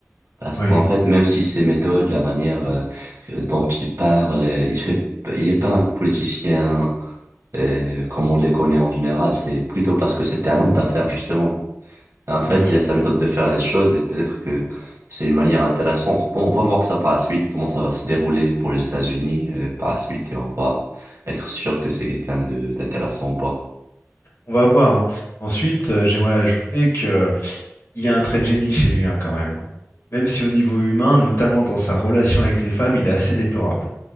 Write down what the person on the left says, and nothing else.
Oui,
tout
à fait.
On va voir. hein. Ensuite, euh, j'aimerais ajouter que il y a un trait de génie chez lui hein, quand même. hein. Même si au niveau humain, notamment dans sa relation avec les femmes, il est assez déplorable.